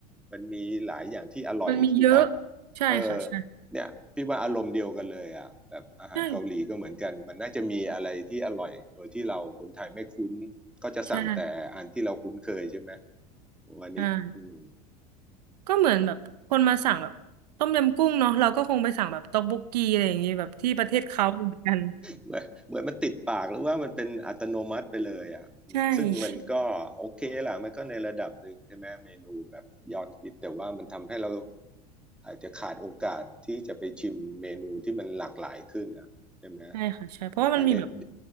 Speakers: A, in the centre; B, on the right.
A: มันมีหลายอย่างที่อร่อยถูกป่ะ
B: มันมีเยอะใช่ค่ะใช่
A: เออ เนี่ยพี่ว่าอารมณ์เดียวกันเลยอ่ะแบบอาหารเกาหลีก็เหมือนกันมันน่าจะมีอะไรที่อร่อยโดยที่เราคนไทยไม่คุ้น
B: ใช่
A: ก็จะสั่งแต่อันที่เราคุ้นเคยใช่ไหม
B: ใช่
A: วันนี้อืม
B: อ่า ก็เหมือนแบบคนมาสั่งแบบต้มยำกุ้งเนาะเราก็คงไปสั่งแบบต๊อกบกกีอะไรอย่างงี้แบบที่ประเทศเขาเหมือนกัน
A: เหมือนเหมือนมันติดปากหรือว่ามันเป็นอัตโนมัติไปเลยอ่ะอืมซึ่งมันก็โอเคล่ะมันก็ในระดับหนึ่งใช่ไหมเมนูแบบยอดฮิตแต่ว่ามันทำให้เรา
B: ใช่
A: อาจจะขาดโอกาสที่จะไปชิมเมนูที่มันหลากหลายขึ้นอ่ะใช่ไหม
B: ใช่ค่ะใช่เพราะว่ามันมีแบบ
A: ลองไอ้เนี่ย